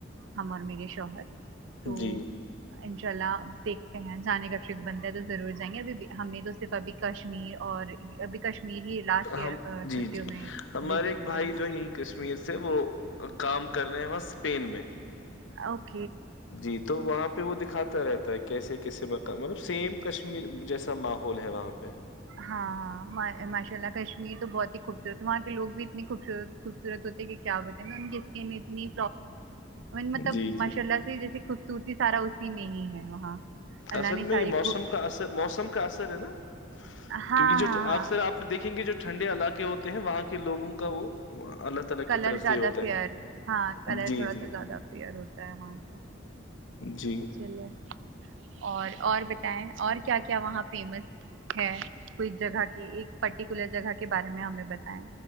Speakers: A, on the right (about 75°); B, on the left (about 75°).
A: ہم اور میرے شوہر تو
B: جی
A: انشاء اللہ دیکھ جانے کا بنتا ہے تو ضرور جائیں گے ابھی ہم نے تو صرف ابھی کشمیر اور ابھی کشمیر ہی لاسٹ ایئر
B: ہم جی
A: چھٹیوں
B: جی
A: میں
B: ہمارے
A: وزٹ
B: ایک
A: کیا
B: بھائی جو ہے یہیں کشمیر سے وہ کام کر رہے ہیں وہ اسپین میں
A: اوک
B: جی تو وہاں پہ وہ دیک دکھاتا رہتا ہے کیسے کیسے مطلب سیم کشمیر جیسا ماحول ہے وہاں پہ
A: ہاں ہاں ما- ماشاء اللہ کشمیر بہت ہی تو وہاں کے لو بھی اتنی خوبصورت خوبصورت ہوتے کہ کیا بتا ان کی اسکن اتنی مطلب
B: جی
A: ماشاء
B: جی
A: اللہ سے جیسے خب تی سارا اسی میں ہی ہے وہاں اللہ
B: اصل
A: نے
B: میں
A: ساری
B: یہ موسم
A: خوب
B: کا اثر موسم کا اثر ہے نا
A: ہاں
B: کیونکہ جو
A: ہاں ہاں
B: اکثر آپ دیکھیں گے جو ٹھنڈے علاقے ہوتے ہیں وہاں کے لوگوں کا وہ اللہ تعالی
A: کلر
B: کی طرف سے
A: زیادہ
B: ہی ہوتا
A: فیئر
B: ہے
A: ہاں کلر
B: جی
A: تھوڑا
B: جی
A: سا زیادہ پیئر ہوتا ہے وہاں کا
B: جی
A: چلیے اور اور بتائیں اور کیا کیا وہاں فیمس ہے کوئی جگہ کے ایک پرٹیکولر جگہ کے بارے میں ہمیں بتائیں